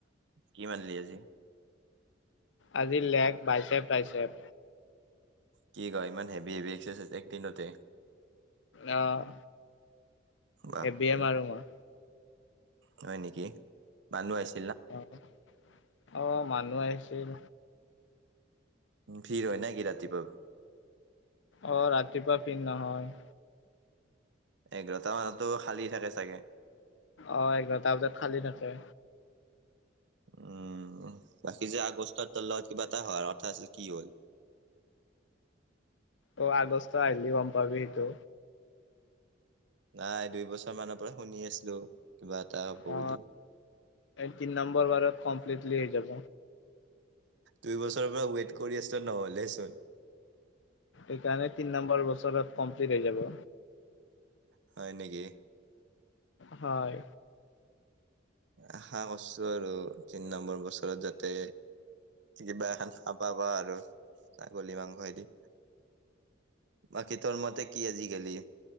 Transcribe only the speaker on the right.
কি মাৰিলি আজি?
কি কয় ইমান হেভি হেভি এক্সাৰচাইজ একদিনতে।
বাপৰে
হয় নেকি মানুহ আহিছ
ভিৰ হয় নে কি ৰাতিপুৱা?
এঘাৰটা মানতো খালী থাকে চাগে।
উম, বাকী যে আগষ্টৰ লগত কিবা এটা হোৱাৰ কথা আছিল কি হ'ল? <inaudible>
নাই দুই বছৰ মানৰ পৰা শুনি আছিলো। কিবা এটা হব
বুলি।
দুই বছৰৰ পৰা ৱেট কৰি আছিলোঁ নহলেহেচোন।
হয় নেকি?
আশা কৰিছো আৰু তিন নম্বৰ বছৰত যাতে কিবা এখন খাব পাৰা আৰু ছাগলী মাংস এদিন বাকী তোৰ মতে কি আজিকালি